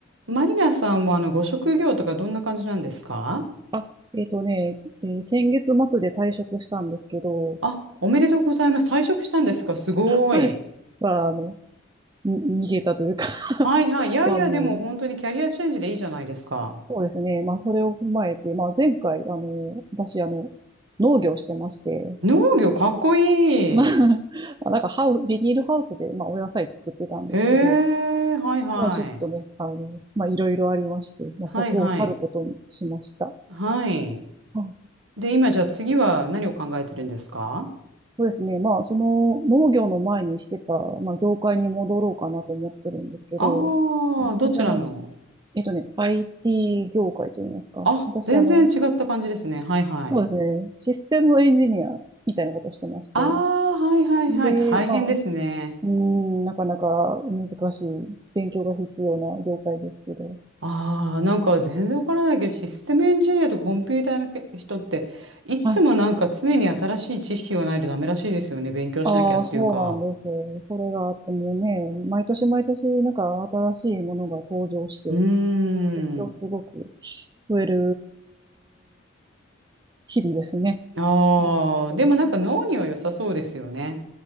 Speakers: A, on the right; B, on the right.
A: マリナさんはあのご職業とかどんな感じなんですか
B: あ、えっとね、えー先月末で退職したんですけど、
A: あ、おめでとうございます。退職したんですかすごい。
B: はい。まあ、あの、に逃げたというか <laughs>
A: はいはい。いやいや、
B: まあ、もう、
A: でも本当にキャリアチェンジでいいじゃないですか。
B: そうですね。まあ、それを踏まえて、まあ、前回、あの、私、あの、農業してまして、
A: 農業かっこいい。
B: <laughs> まあ、<laughs> なんかハウ、ビニールハウスで、まあ、お野菜作ってたんですけど、
A: へえ、はいはい。
B: まあ、ちょっとね、あの、まあ、いろいろありまして、まあ、
A: はいはい。
B: そこを去ることにしました。
A: はい。
B: はい
A: で、今じゃあ次は何を考えてるんですか
B: そうですね。まあ、その農業の前にしてた、まあ、業界に戻ろうかなと思ってるんですけど、
A: あ
B: あの私、
A: あー、どちらの
B: あの、えっとね、IT 業界といいますか。
A: あ、
B: 私、
A: 全然違った感じですね。
B: あの、
A: はいはい。
B: そうですね、システムエンジニアみたいなことをしてまして。
A: ああ、はいはいはい。
B: で、
A: 大変ですね。
B: まあ、うーん、なかなか難しい、勉強が必要な業界ですけど。
A: ああ、なんか全然わからないけど、システムエンジニアとかコンピューターのけ人って、いつもなんか常に新しい知識がないとダメらしいですよね。
B: はい。
A: 勉強しなきゃっていうか。
B: ああ、そうなんです。それがあってもうね、毎年毎年、なんか新しいものが登場して、
A: うーん。
B: 勉強すごく増える日々ですね。
A: ああ、
B: 本当に
A: でもなんか脳には良さそうですよね。